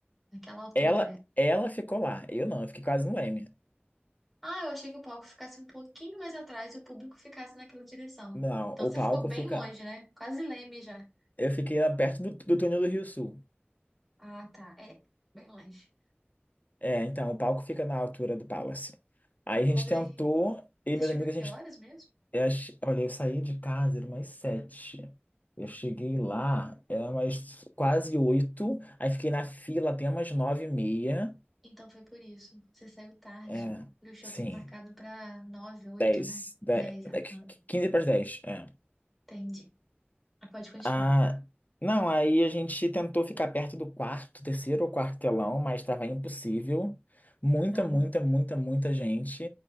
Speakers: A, in the centre; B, on the left (about 40°).
A: Naquela altura
B: ela,
A: né?
B: ela ficou lá, eu não, eu fiquei quase no Leme.
A: Ah, eu achei que o palco ficasse um pouquinho mais atrás e o público ficasse naquela direção.
B: Não,
A: Então
B: o
A: você
B: palco
A: ficou bem
B: fica,
A: longe, né? Quase leme já.
B: eu fiquei lá perto do, do túnel do Rio Sul.
A: Ah, tá. É, bem longe.
B: É, então, o palco fica na altura do Palace. Aí a gente
A: Mas
B: tentou,
A: aí,
B: eu
A: você
B: e meus
A: chegou
B: amigos,
A: a que
B: a gente
A: horas mesmo?
B: Eu, ach- olha, eu saí de casa, era umas sete. Eu cheguei lá, era umas quase oito. Aí fiquei na fila até umas nove e meia.
A: Então foi por isso. Você saiu tarde.
B: É,
A: E o show
B: sim.
A: tava marcado pra nove, oito,
B: Dez.
A: né?
B: dez
A: Dez, ah, ah,
B: quinze para as dez. É.
A: entendi. Ah, pode continuar.
B: Ah, não, aí a gente tentou ficar perto do quarto, terceiro ou quartelão, mas estava impossível. Muita,
A: Uhum.
B: muita, muita, muita gente.